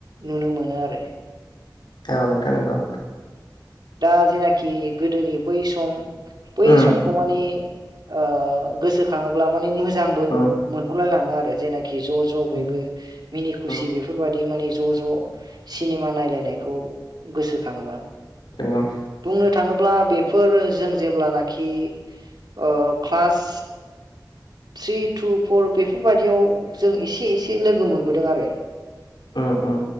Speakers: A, on the right; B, on the left.
A: नुनो मोनो आरो।
B: औ नोंथां नंगौ।
A: दा जेनाखि गोदोनि बै सम बै
B: उम
A: समखौ माने ओ गोसोखाङोब्ला माने मोजांबो
B: उम
A: मोनहरलायलाङो आरो जेनाख खि ज' ज' बयबो
B: उम
A: मिनि खुसि
B: उम
A: बिफोरबादि माने ज' ज' सिनिमा नायलायनायखौ गोसोखाङोबा।
B: नोंगौ।
A: बुंनो थाङोब्ला बेफोर जों जेब्लानाखि ओ ख्लास थ्रि टु फ'र बेफोरबायाददियाव जों एसे एसे लोगो मोनबोदों आरो।
B: ओ ओ।